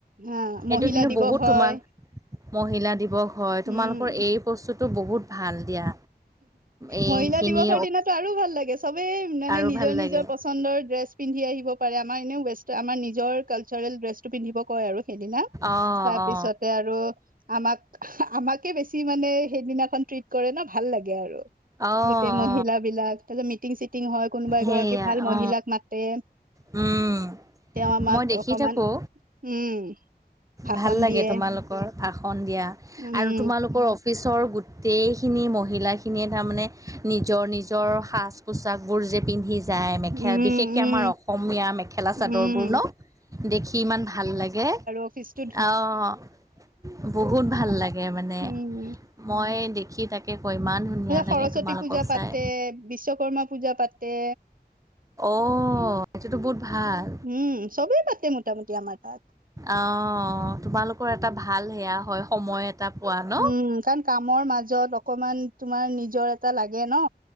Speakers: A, on the right; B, on the right.
A: হা মহিলা
B: এইটো কিন্তু
A: দিৱস
B: বহুত
A: হয়
B: তোমাৰ, মহিলা দিৱস হয়,
A: উম
B: তোমালোকৰ এই বস্তুটো বহুত ভাল দিয়া। এইখিনি
A: মহিলা দিৱসৰ দিনাতো আৰু ভাল লাগে চবেই মানে
B: আৰু
A: নিজৰ
B: ভাল
A: নিজৰ
B: লাগে
A: পচ পচন্দৰ ড্ৰেছ পিন্ধি আহিব পাৰে আমাৰ এনেও ৱেষ্ট আমাৰ নিজৰ কালচাৰেল ড্ৰেছতটো পিন্ধিব কয় আৰু। সেইদিনা,
B: অ
A: তাৰ
B: অ
A: পিছতে আৰু আমাক আমাকে বেছি মানে সেইদিনাখন ট্ৰিট কৰে ন ভাল লাগে আৰু।
B: অ
A: গোটেই
B: অ
A: মহিল বিলাক, তাৰ পিছত মিটিং চিটিং হয় কোনোবা
B: সেইয়া
A: এগৰাকী ভাল মহিলাক
B: অ
A: মাতে।
B: উম
A: তেওঁ আমাক
B: মই দেখি
A: অকমান,
B: থাকো
A: উম। ভাষণ
B: ভাল লাগে
A: দিয়ে
B: তোমালোকৰ ভাষণ দিয়া
A: উম
B: আৰু তোমালোকৰ অফিচৰ গোটেইখিনি মহিলাখিনিয়ে তাৰমানে নিজৰ নিজৰ সাজ পোছাকবোৰ যে পিন্ধি যায় মেখেলা
A: উম
B: বিশেষকৈ
A: উম
B: আমাৰ অসমীয়া মেখেলা
A: উম
B: চাদৰবোৰ ন। দেখি ইমান ভাল লাগে।
A: অফিছটো
B: অ' বহুত ভাল লাগে, মানে
A: উম
B: মই দেখি তাকে ত ক ইমান ধুনীয়া লাগে
A: সৰস্বতী
B: তোমালোকক
A: পূজা পাতে,
B: চাই
A: বিশ্বকৰ্মা পূজা পাতে।
B: অ' সেইটো বহুত ভাল।
A: উম চবেই পাতে মোটামুটি আমাৰ তাত
B: অ' তোমালোকৰ এটা ভাল সেয়া হয়, সময় এটা এটা পোৱা। ন
A: উম কাৰণ কামৰ মাজত অকমান তোমাৰ নিজৰ এটা লাগে ন।